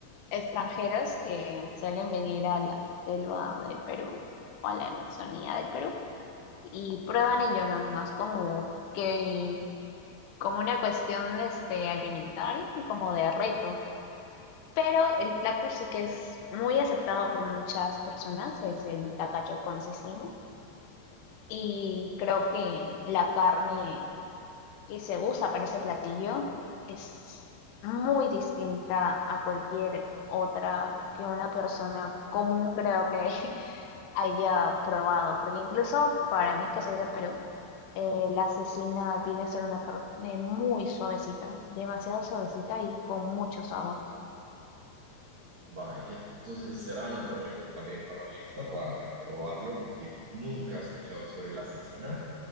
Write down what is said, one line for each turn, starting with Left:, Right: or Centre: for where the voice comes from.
Left: extranjeros que suelen venir a la selva del Perú o a la Amazonía del Perú y prueban ello nomás como que como una cuestión este alimentaria, como de reto. Pero el plato sí que es muy aceptado por muchas personas, es el tacacho con cecina. Y creo que la carne que se usa para ese platillo es muy distinta a cualquier otra que una persona común creo que <laughs> haya probado, porque incluso para mí que soy de Perú, eh, la cecina viene a ser una carne muy suavecita, demasiado suavecita y con mucho sabor.
Right: Vaya, entonces será anotármelo también para la lista para probarlo, porque nunca he escuchado sobre el asesinato,